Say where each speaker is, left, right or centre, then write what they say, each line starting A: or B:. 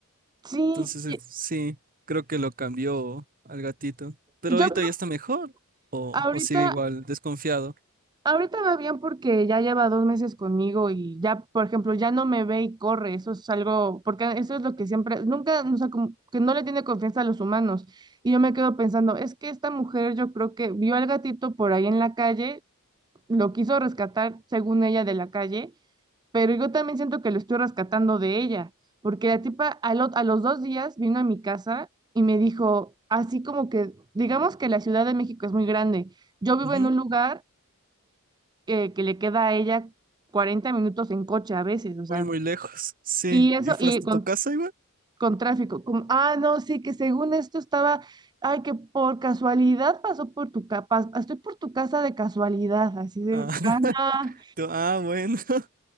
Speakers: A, on the right; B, on the right.
A: sí,
B: Entonces, eh,
A: y-
B: sí, creo que lo cambió al gatito. Pero
A: yo
B: ahorita
A: creo
B: ya
A: que
B: está mejor. O,
A: ahorita,
B: o sigue igual, desconfiado.
A: ahorita va bien porque ya lleva dos meses conmigo y ya, por ejemplo, ya no me ve y corre, eso es algo, porque eso es lo que siempre, nunca, o sea, como que no le tiene confianza a los humanos. Y yo me quedo pensando, es que esta mujer yo creo que vio al gatito por ahí en la calle lo quiso rescatar, según ella, de la calle, pero yo también siento que lo estoy rescatando de ella, porque la tipa a, lo- a los dos días vino a mi casa y me dijo, así como que, digamos que la Ciudad de México es muy grande, yo vivo
B: Ujú.
A: en un lugar eh, que le queda a ella 40 minutos en coche a veces, o sea,
B: Muy, muy lejos. Sí.
A: y eso,
B: ¿Y fue
A: y
B: hasta
A: con...
B: tu casa igual?
A: con tráfico, como, ah, no, sí, que según esto estaba, ay, que por casualidad pasó por tu casa, estoy por tu casa de casualidad, así de,
B: Ah, <laughs>
A: ajá,
B: tú- ah, bueno. <laughs>